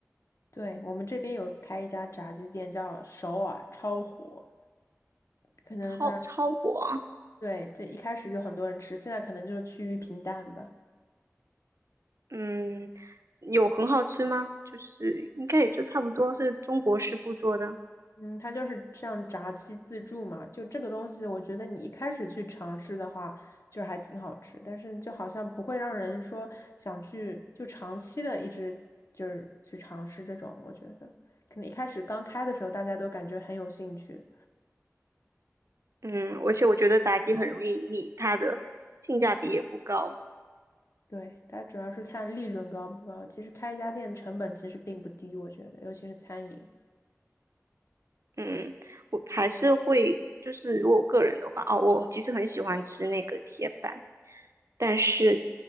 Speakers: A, on the left; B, on the right.
A: 对，我们这边有开一家炸鸡店，叫首尔，超火，可能它
B: 超超火。
A: 对这一开始就很多人吃，现在可能就趋于平淡吧。
B: 嗯，有很好吃吗？就是应该也就差不多是中国师傅做的。
A: 嗯，它就是像炸鸡自助嘛，就这个东西，我觉得你一开始去尝试的话，就是还挺好吃，但是就好像不会让人说想去就长期的一直就是去尝试这种，我觉得可能一开始刚开的时候大家都感觉很有兴趣，
B: 嗯，而且我觉得炸鸡很容易腻，它的性价比也不高。
A: 对，大家主要是看利润高不高，其实开一家店成本其实并不低，我觉得，尤其是餐饮。
B: 嗯，我还是会，就是如果我个人的话，哦，我其实很喜欢吃那个铁板，但是，